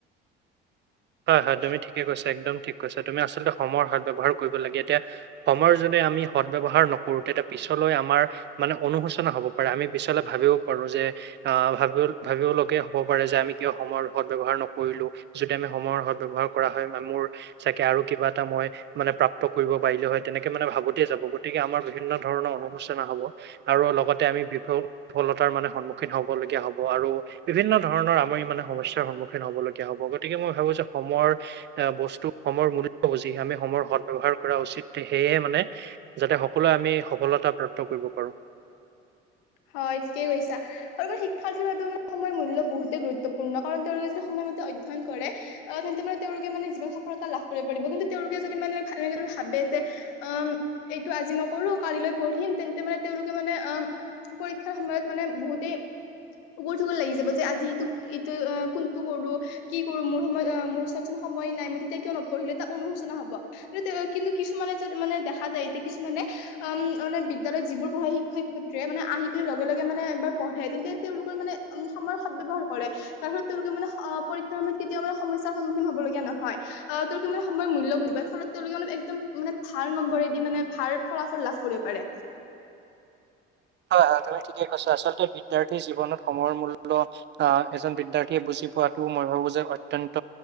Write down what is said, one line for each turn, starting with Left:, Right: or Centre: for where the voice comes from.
Right: <inaudible> হয়-হয়, তুমি ঠিকে কৈছা, একদম ঠিক কৈছা। তুমি আচলতে সময়ৰ সদ ব্যৱহাৰ কৰিব লাগে। এতিয়া, সময়ৰ যোনে আমি সদ ব্যয়ৱহাৰ নকৰো, তেতিয়া পিছলৈ আমাৰ মানে, অনুশোচনা হব পাৰে। আমি পিছলে ভাবিব পাৰো যে আ', ভাব-ভাবিব লগীয়া হব পাৰে যে, আমি কিয় সময়ৰ সদ ব্যৱহাৰ নকৰিলো। যদি আমি সময়ৰ সদ ব্যৱহাৰ কৰা হয় বা মোৰ চাগে, আৰু কিবা এটা মই, মানে প্ৰাপ্ত কৰিব পাৰিলে হয়। তেনেকে মানে ভা তে যাব, গতিকে আমাৰ বিভিন্ন ধৰণৰ অনুসোচনা হব। আৰু লগতে আমি বিফলতাৰ মানে স সন্মুখীন হবলগীয়া হ'ব আৰু বিভিন্ন ধৰণৰ আমি মানে, সমস্যাৰ সন্মুখীন হ'ব লগীয়া হ'ব। গতিকে মই যে, সময়ৰ আ', বস্তু, সময়ৰ মূল্য বুজি আমি সময়ৰ সদ ব্যৱহাৰ কৰা উচিত। সেয়ে মানে যাতে সকলোৱে আমি, সফলতা প্ৰাপ্ত কৰিব পাৰোঁ।
Left: হয়, ঠিকেই কৈছা। আৰু মানে শিক্ষাৰ্থীৰ বাবেও মানে, সময়ৰ মূল্য বহুতেই গুৰুত্বপূৰ্ণ। কাৰণ তেওঁলোকে যদি সময়ৰ অধ্যয়ন কৰে, আ', তেন্তে মানে তেওঁলোকে মানে যিৱন সফলতা লাভ কৰিব, কিন্তু তেওঁলোকে যদি মানে ভাবে যে, উম, এইটো আজি নকৰো, কালিলৈ পঢ়িম, তেন্তে মানে তেওঁলোকে মানে অ পৰীক্ষাৰ সময়ত, মানে বহুতেই উগুল থুগুল লাগি যাব, যে আজি ইটো-ইটো, কোনটো কৰো, কি কৰো, মোৰ সময়ত আ', মোৰ ওচৰতচোন সময় নাই। মইে তেতিয়া কিয় নপঢ়িলো, এটা অনুশোচনা হব। কিন্তু কিছুমানে যে, মানে দেখা যায়, এতিয়া কিছুমানে উম, মানে বিদ্যালয়ত যিবোৰ পঢ়াই, শিক্ষয় শ মানে, আহি পিনে লগে লগে মানে এবাৰ পঢ়ে। তেন্তে, তেওঁলোকৰ মানে উম, সময়ৰ সদ ব্যৱহাৰ কৰে। তাৰ পাছত তেওঁলোকে মানে, পৰীক্ষাৰ সময়ত কেতিয়াও মানে, কেতিয়াও সমস্যাৰ সন্মখীন হবলগীয়া নহয়। তেওঁলোকে মানে, সময়ৰ মূল্য বুজি পাই ফলত তেওঁলোকে অলপ একদম মানে, ভাল নম্বৰেদি মানে, ভাল ফলাফল লাভ কৰিব পাৰে।
Right: হয়-হয়, তুমি ঠিকে কৈছা। আচলতে বিদ্যাৰ্থীৰ জীৱনত সময়ৰ মূল্য, এজন বিদ্যাৰ্থীয়ে বুজি পোৱাতো মই ভাবো যে, অত্যন্ত,